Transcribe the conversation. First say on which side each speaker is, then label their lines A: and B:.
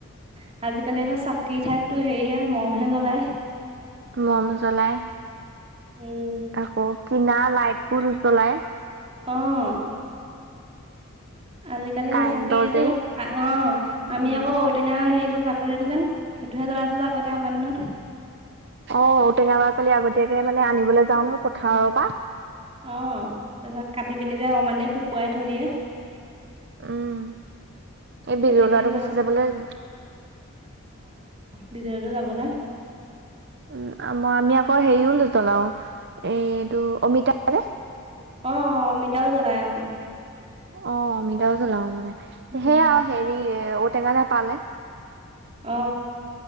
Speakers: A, on the right; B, on the right.
A: আহ আজিকালি আকৌ চাকৰি ঠাইততো হেৰিহে মমহে জ্বলায়।
B: মম জ্বলাই
A: উম
B: আকৌ কিনা লাইট বোৰ জ্বলাই
A: আহ আজিকালি
B: কাৰেণ্টৰ
A: সেই চাকিয়ো
B: যে
A: অ আমি
B: উম
A: আকৌ ঔটেঙা সেইটো বাকলিটো যেন সেইটোহে জ্বলাইছো আগতে আমাৰ দিনত।
B: অ, ঔটেঙ বাৰ কালি আগতীয়াকে মানে আনিবলৈ। যাওঁ নহয় পথাৰৰ
A: অ,
B: পৰা
A: অ তাৰপিছত কাটি পিনিলে মানে শুকুৱাই থৈ দিয়ে।
B: উম, এই
A: তেনেকেই
B: বিজ লৰাটো
A: জ্বলাও
B: গুচি যাবলৈ
A: ভিততে যাবলৈ।
B: উম, মই আমি আকৌ হেৰিও নজলাও এইটো অমিতানে।
A: অ, অ অমিতাও জ্বলাই অ।
B: অ, অমিতা জলাওঁ মানে
A: উম
B: সেয়া হেৰি ঔ টেঙ না পালে।
A: অ,